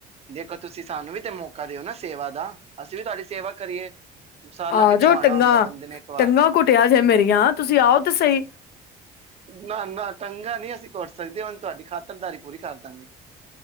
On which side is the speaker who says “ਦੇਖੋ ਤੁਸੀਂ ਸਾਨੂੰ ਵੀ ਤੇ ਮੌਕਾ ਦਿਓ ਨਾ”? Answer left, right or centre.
Right